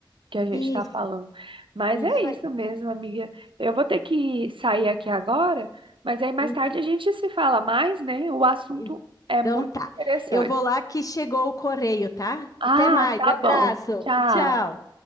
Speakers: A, on the right; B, on the left.
A: que a gente está
B: Isso,
A: falando. Mas
B: isso
A: é isso
B: aí.
A: mesmo, amiga. Eu vou ter que sair aqui agora, mas aí mais
B: Uhum.
A: tarde a gente se fala mais, né? O assunto
B: Então
A: é muito
B: tá.
A: interessante.
B: Eu vou lá que chegou o correio, tá?
A: Ah,
B: Até mais.
A: tá
B: Abraço.
A: bom. Tchau.
B: Tchau.